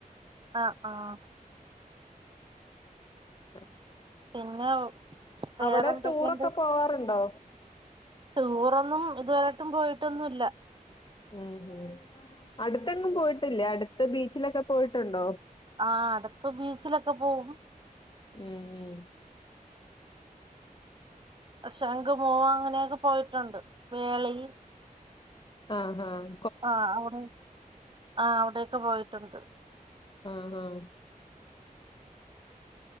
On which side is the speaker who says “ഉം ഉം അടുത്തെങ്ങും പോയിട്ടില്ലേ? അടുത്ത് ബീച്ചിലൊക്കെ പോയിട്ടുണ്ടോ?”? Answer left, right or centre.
Left